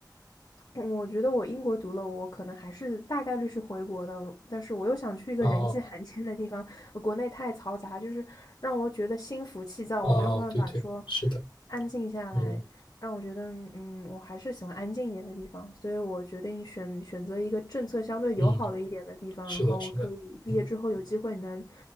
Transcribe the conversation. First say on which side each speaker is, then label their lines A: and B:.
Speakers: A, on the left; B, on the left.
A: 我觉得我英国读了，我可能还是大概率是回国的，但是我又想去一个人迹罕见的地方，
B: 哦
A: 呃国内太嘈杂，就是让我觉得心浮气躁，
B: 哦，
A: 我没有办法说
B: 对对，是的，
A: 安静下来，
B: 嗯
A: 让我觉得，嗯，我还是喜欢安静一点的地方，所以我决定选选择一个政策相对友好的一点的地方，
B: 嗯，是的，
A: 然后我可以毕业之后有机会能
B: 是的，嗯，